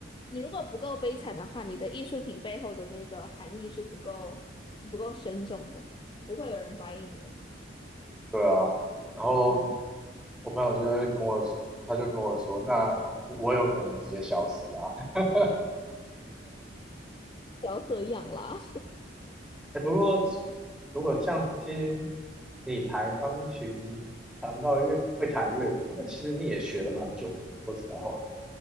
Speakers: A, on the left; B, in the centre.
A: 你如果不够悲惨的话，你的艺术品背后的那个含义是不够不够深重的，不会有人 buy in 的。
B: 对啊。然后
A: 嗯，
B: 我朋友就会跟我，他就跟我说：“那我有可能直接消失啊。<laughs>”
A: 不要这样啦
B: 哎，不过如果像听你弹钢琴，弹到月会弹月光，那其实你也学了蛮久的。说实在话，